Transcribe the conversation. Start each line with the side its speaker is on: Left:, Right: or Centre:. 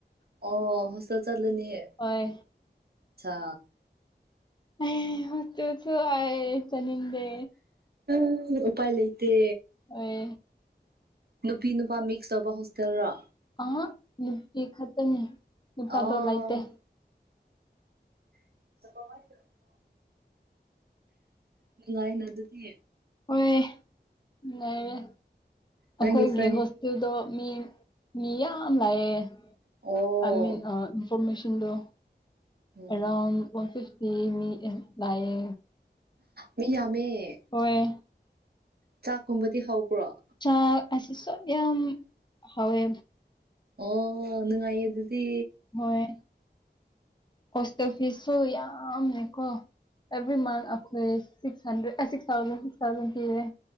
Right: ꯑꯣ ꯍꯣꯁꯇꯦꯜ ꯆꯜꯅꯤꯅꯦ
Left: ꯍꯣꯏ
Right: ꯑꯁꯥ
Left: ꯑꯦ ꯍꯣꯁꯇꯦꯜꯁꯨ ꯍꯥꯏ ꯆꯠꯅꯤꯡꯗꯦ
Right: ꯎꯏ ꯎꯄꯥꯢ ꯂꯩꯇꯦ
Left: ꯍꯣꯏ
Right: ꯅꯨꯄꯤ ꯅꯨꯄꯥ ꯃꯤꯛꯁ ꯇꯧꯕ ꯍꯣꯁꯇꯦꯜꯔꯣ
Left: ꯑꯍ ꯅꯨꯄꯤ ꯈꯛꯇꯅꯤ ꯅꯨꯄꯥꯗꯣ
Right: ꯑꯣ
Left: ꯂꯩꯥꯇꯦ
Right: <unintelligible> ꯅꯨꯡꯉꯥꯏꯅ ꯑꯗꯨꯗꯤ
Left: ꯍꯣꯏ ꯂꯩꯔꯦ ꯑꯩꯈꯣꯏꯒꯤ
Right: ꯅꯪꯒꯤ ꯐ꯭ꯔꯦꯟ
Left: ꯍꯣꯁꯇꯦꯜꯗꯣ ꯃꯤ ꯃꯤ ꯌꯥꯝ ꯂꯥꯛꯑꯦ
Right: ꯑꯣ
Left: ꯑꯥꯏ ꯃꯤꯟ ꯑ ꯃꯦꯁꯤꯟꯗꯣ
Right: ꯎꯝ
Left: ꯑꯦꯔꯥꯎꯟ ꯋꯥꯟ ꯐꯤꯐꯇꯤ ꯃꯤ ꯂꯥꯛꯑꯦ
Right: ꯃꯤ ꯌꯥꯝꯃꯦ
Left: ꯍꯣꯏ
Right: ꯆꯥꯛꯀꯨꯝꯕꯗꯤ ꯍꯧꯕ꯭ꯔꯣ
Left: ꯆꯥꯛ ꯌꯥꯝ ꯍꯥꯎꯋꯦ
Right: ꯑꯣ ꯅꯨꯡꯉꯥꯏꯌꯦ ꯑꯗꯨꯗꯤ
Left: ꯍꯣꯏ ꯍꯣꯁꯇꯦꯜ ꯐꯤꯁꯁꯨ ꯌꯥꯝꯃꯦꯀꯣ ꯑꯦꯕ꯭ꯔꯤ ꯃꯟ ꯑꯈꯣꯏ ꯁꯤꯛꯁ ꯍꯟꯗ꯭ꯔꯦ ꯑꯦ ꯁꯤꯛꯁ ꯊꯥꯎꯖꯟ ꯁꯤꯛꯁ ꯊꯥꯎꯖꯟ ꯄꯤꯔꯦ